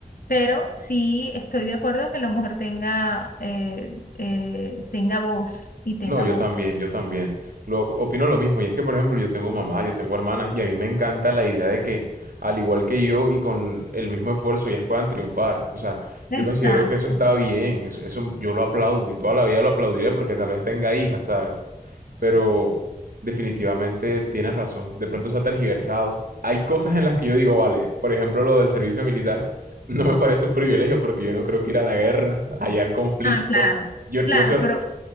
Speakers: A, on the left; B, on the right.
A: pero sí estoy de acuerdo que la mujer tenga, eh, eh, tenga voz y tenga
B: No, yo
A: voto.
B: también, yo también. Lo, opino lo mismo. Y es que, por ejemplo, yo tengo mamá, yo tengo hermanas, y a mí me encanta la idea de que, al igual que yo y con el mismo esfuerzo, ellas puedan triunfar. O sea,
A: Exacto.
B: yo considero que eso está bien, eso, eso yo lo aplaudo y toda la vida lo aplaudiré porque tal vez tenga hijas, ¿sabes? Pero definitivamente tienes razón. De pronto se ha tergiversado. Hay cosas en las que yo digo, vale, por ejemplo, lo del servicio militar. <laughs> No me parece un privilegio porque yo no creo que ir a la guerra, hallar conflicto.
A: Ah, claro,
B: Yo, yo
A: claro,
B: eso,
A: pero